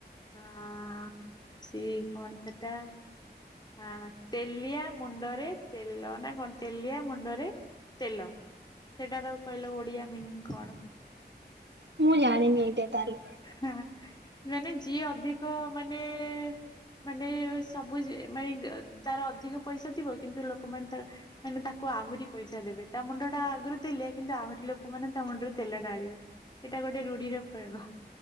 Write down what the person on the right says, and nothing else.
ମୁଁ ଜାଣିନି ଏଇଟା ତାହେଲେ?